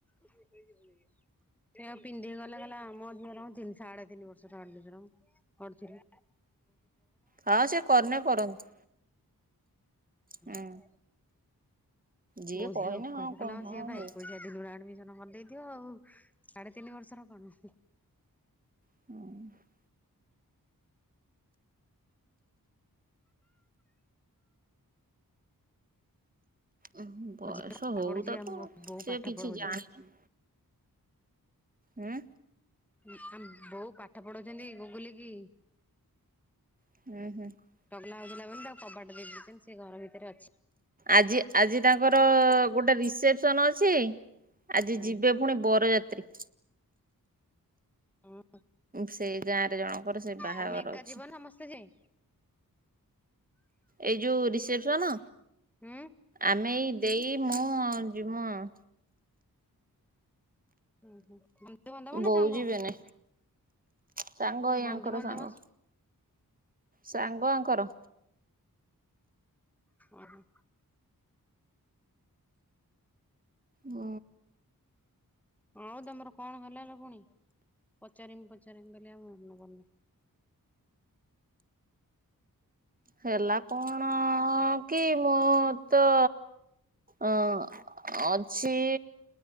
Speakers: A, in the centre; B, on the right (about 25°).
A: ସେଉ ପିନ୍ଧିକି ଗଲା। ଗଲା, ଆମ ଅଧିକ ର ତିନି ସାଢେ ତିନି ବର୍ଷ ତ ଷ୍ଟାର୍ଟ ହେବ ଅରଜି ରେ।
B: ହଁ ସେ କରିନେ କରନ୍ତୁ ହୁଁ।
A: <unintelligible>
B: ଯିଏ
A: ବୋଉ
B: କହିନେ
A: ଝିଅ କୁ କହିଲା,
B: କ
A: କହିଲା ହଁ, ସିଏ ଭାଇ
B: ହଉ।
A: କୁ କହିଛି। ଝିଅର ଆଡମିସନ କରିଦେଇଥିବ ଆଉ। ସାଢ଼େ ତିନି ବର୍ଷର କଣ।
B: <inaudible> ଉ, ବୟସ
A: ଝିଅ ପାଠ
B: ହଉ
A: ପଢୁଛି
B: ତାକୁ,
A: ଆଉ ମୋ ବୋଉ
B: ସେ
A: ପାଠ
B: କିଛି
A: ପଢଉଛନ୍ତି।
B: ଜାଣିନି। ଉଁ।
A: ଆ, ବୋଉ ପାଠ ପଢଉଛନ୍ତି, ଗୁଗୁଲି କି।
B: <inaudible>
A: ଚଗଲା ହଉଥିଲା ବୋଲି, ତାକୁ କବାଟ ଦେଇଦଛନ୍ତି। ସେ, ଘର ଭିତରେ ଅଛି।
B: ଆଜି, ଆଜି, ତାଙ୍କର ଗୋଟେ ରିସେପସନ୍ ଅଛି। ଆଜି
A: ହୁଁ
B: ଯିବେ, ପୁଣି ବରଯାତ୍ରୀ।
A: ହୁଁ
B: ସେଇ ଗାଁ ରେ ଜଣଙ୍କର, ସେଇ ବାହାଘର
A: ତମେ ଏକା
B: ଅଛି।
A: ଯିବ ସମସ୍ତେ ଯାଇ,
B: ଏଇ ଯୋଉ ରିସେପସନ,
A: ହୁଁ
B: ଆମେ ଏଇ ଦେଇ ମୁଁ ଯିମୁ ଆଉ।
A: ହୁଁ, ହୁଁ। ବନ୍ଧୁବାନ୍ଧବ
B: ବୋଉ
A: ନା ସାଙ୍ଗ,
B: ଯିବେନି ସାଙ୍ଗ
A: କହିଲି
B: ଏଇ
A: ବନ୍ଧୁବାନ୍ଧବ
B: ୟାଙ୍କର ସାଙ୍ଗ। ସାଙ୍ଗ ଆଙ୍କର,
A: ଓହୋ।
B: ଅ
A: ଆଉ ତମର କଣ ହେଲା ଲୋ ପୁଣି ପଚାରିମ୍ ପଚାରିମ୍ ବୋଲି ଆଉ ମନ କରନି।
B: ହେଲା କଣଅ କି ମୁଁ ତ ଅ ଅଛିଇ